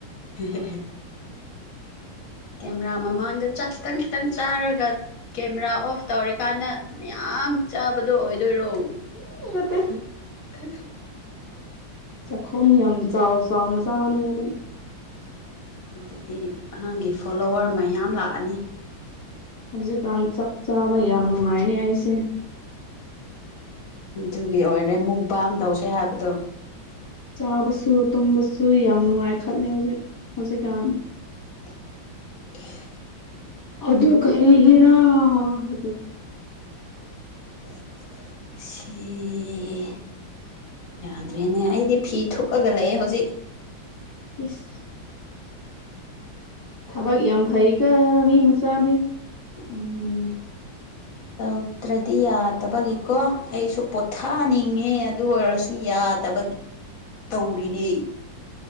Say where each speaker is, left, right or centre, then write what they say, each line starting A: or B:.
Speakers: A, on the left; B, on the left.
A: ꯍꯦ ꯍꯦ ꯍꯦ ꯀꯦꯃꯦꯔꯥ ꯃꯃꯥꯡꯗ ꯆꯥꯛ ꯈꯤꯇꯪ ꯈꯤꯇꯪ ꯆꯥꯔꯒꯠ ꯀꯦꯃꯦꯔꯥ ꯑꯣꯐ ꯇꯧꯔꯤꯀꯥꯟꯗ ꯃꯌꯥꯝ ꯆꯥꯕꯗꯣ ꯑꯣꯏꯗꯣꯏꯔꯣ?
B: ꯎꯝ ꯅꯠꯇꯦ
A: <unintelligible>
B: ꯆꯥꯛꯈꯣꯝ ꯌꯥꯝ ꯆꯥꯎ ꯆꯥꯎꯅ ꯆꯥꯒꯅꯤ ꯑꯩꯗꯤ
A: ꯑꯗꯨꯗꯤ ꯑꯉꯥꯡꯒꯤ ꯐꯣꯂꯣꯋꯔ ꯃꯌꯥꯝ ꯂꯥꯛꯑꯅꯤ
B: ꯍꯧꯖꯤꯛꯀꯥꯟ ꯆꯥꯛꯆꯥꯕ ꯌꯥꯝ ꯅꯨꯡꯉꯥꯏꯅꯦ ꯑꯩꯁꯦ
A: ꯑꯗꯨꯒꯤ ꯑꯣꯏꯔꯦ ꯃꯨꯛꯕꯥꯡ ꯇꯧꯁꯦ ꯍꯥꯏꯕꯗꯣ
B: ꯆꯥꯕꯁꯨ ꯇꯨꯝꯕꯁꯨ ꯌꯥꯝ ꯅꯨꯡꯉꯥꯏ ꯈꯠꯂꯦ ꯍꯧꯖꯤꯛ ꯍꯧꯖꯤꯛꯀꯥꯟ
A: <unintelligible>
B: ꯑꯗꯨ ꯀꯔꯤꯒꯤꯔꯥ <unintelligible>
A: ꯁꯤ ꯌꯥꯗ꯭ꯔꯦꯅꯦ ꯑꯩꯗꯤ ꯐꯤ ꯊꯨꯞꯑꯒꯥ ꯂꯩ ꯍꯧꯖꯤꯛ
B: ꯏꯁ ꯊꯕꯛ ꯌꯥꯝ ꯐꯩꯀꯣ ꯃꯤ ꯃꯆꯥꯗꯤ
A: ꯎꯝ ꯎꯠꯇ꯭ꯔꯗꯤ ꯌꯥꯗꯕꯒꯤꯀꯣ ꯑꯩꯁꯨ ꯄꯣꯠ ꯊꯥꯅꯤꯡꯉꯦ ꯑꯗꯨ ꯑꯣꯏꯔꯁꯨ ꯌꯥꯗꯕꯒꯤ ꯇꯧꯔꯤꯅꯦ